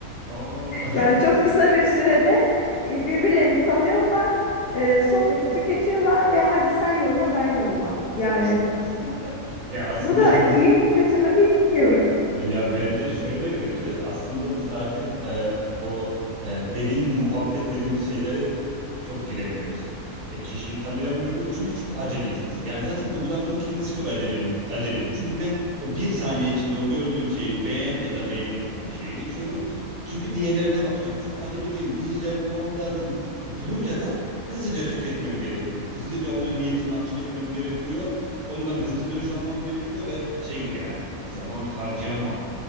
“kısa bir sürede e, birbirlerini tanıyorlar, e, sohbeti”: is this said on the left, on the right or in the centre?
Left